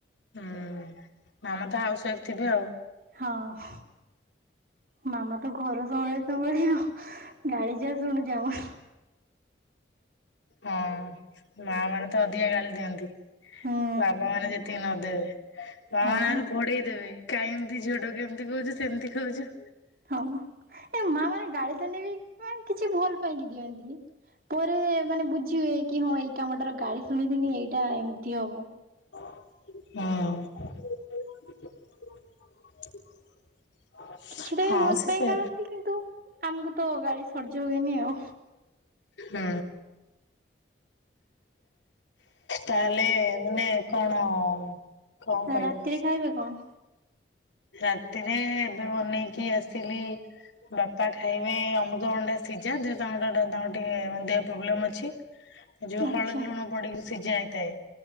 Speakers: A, on the left; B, on the right.
A: ହୁଁ ମାମା ତ ହାଉସୱାଇଫ୍ ଥିବେ ଆଉ।
B: ହଁ। ମାମା ତ ଘର ସମ୍ଭାଳି ସମ୍ଭାଳି ଆଉ ଗାଳି ଯା ଶୁଣୁଛି ଆମର।
A: ହଁ ମା ମାନେ ତ ଅଧିକା ଗାଳି ଦିଅନ୍ତି।
B: ହୁଁ
A: ବାବା ମାନେ ଯେତିକି ନଦେବେ ବାବା
B: ହଁ
A: ମାନେ ଆହୁରି ଘୋଡେଇ ଦେବେ। କାହିଁ ଏମିତି ଝିଅ ଟାକୁ ଏମିତି କହୁଛୁ ସେମିତି କହୁଛୁ।
B: ହଁ ଏ ମା ମାନେ ଗାଳି ଦେଲେ ବି କାଇଁ କିଛି ଭୁଲ୍ ପାଇଁକି ଦିଅନ୍ତି। ପରେ ମାନେ ବୁଝି ହୁଏ କି ହଁ ଏଇ କାମଟାର ଗାଳି ଶୁଣିଥିଲି ଏଇଟା ଏମିତି ହବ।
A: ହୁଁ।
B: ସେଟା ବି
A: ହଁ
B: ଭଲ
A: ସେ
B: ପାଇଁ
A: ସେ
B: ଗାଳନ୍ତି କିନ୍ତୁ ଆମକୁ ତ ଗାଳି ସର୍ଯ୍ୟ ହୁଏନି ଆଉ।
A: ହୁଁ। ତାହେଲେ ମାନେ କଣ? କଣ କହିବି
B: ରାତିରେ ଖାଇବେ କଣ?
A: ରାତିରେ ଏବେ ବନେଇକି ଆସିଥିଲି। ବାପା ଖାଇବେ ଅମୃତଭଣ୍ଡା ସିଝା ଦେହ ତାଙ୍କ ତାଙ୍କର ଟିକେ ମାନେ ଦେହ ପ୍ରୋବ୍ଲେମ୍ ଅଛି।
B: <unintelligible>
A: ଯୋଉଁ
B: ଆଚ୍ଛା
A: ହଳଦୀ, ଲୁଣ ପଡିକି ସିଝା ହେଇଥାଏ।